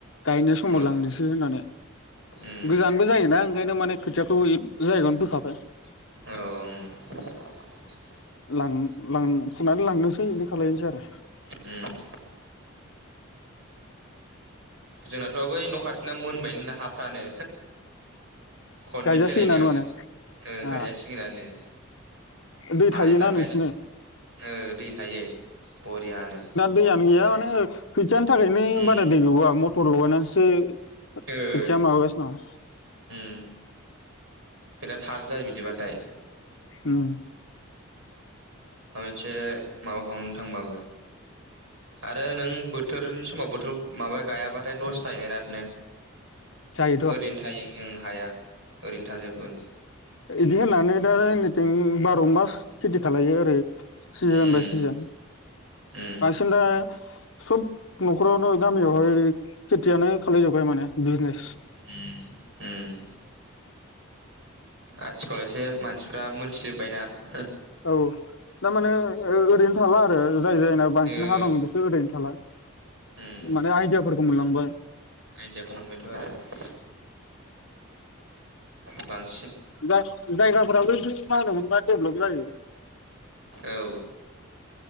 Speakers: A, on the left; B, on the right.
A: गायनो समाव
B: ओ
A: लांनोसै होननानै
B: उम
A: गोजानबो जायोना ओंखायनो माने खोथियाखौ <unintelligible> जायगायावनो फोखा
B: औ उम
A: लां लां फुनानै लांनोसै बिदि खालायनोसै आरो।
B: उम जोंनाथ' बै न' खाथिना मोनबाय नो हाफ्रानो। खननै
A: गायजासिगोनानो
B: फेरायनायावनो
A: माने
B: ओं गायजासिगोनानो।
A: ओ दै थायोना
B: आलि दानबाय
A: नोंसिना
B: ओ दै थायो। बरियानो
A: दैयानो गैया माने खोथियानि थाखायनो
B: उम
A: बारा दै गवा मटर लगायनासो
B: ओ
A: खोथिया माबागासिनो दं।
B: उम बिराद हार्ड जायो बिदिबाथाय।
A: उम
B: माबा मोनसे माबा खालामनो थांबाबो, आरो नों बोथोरनि समाव बोथोर माबा गायाबाथाय लस जायो इरादनो।
A: जायोथ'
B: ओरैनो थायो ओं हाया। ओरैनो थाजोबगोन।
A: इदि होननानै दा जोंनिथिं बार' मास खेथि खालायो आरो। सिजोन
B: उम
A: बाय सिजोन
B: उम
A: बांसिन दा सब न'खरावनो गामियावहाय खेथियानो खालायजोब्बाय माने बिजनेस।
B: उम उम आथिखाल एसे मानसिफ्रा मोनथिजोब्बायना हो।
A: औ थारमाने ओरैनो थाला आरो, जाय जायना बांसिन
B: ओ
A: हा दङ बिसोर ओरैनो थाला।
B: उम
A: माने आयदियाफोरखौ मोनलांबाय।
B: आइदियाखौ मोनबायथ' आरो बां <unintelligible>
A: जा जायगाफोराबो बिदि मा होनोम मोनबा डेभलप जायो।
B: औ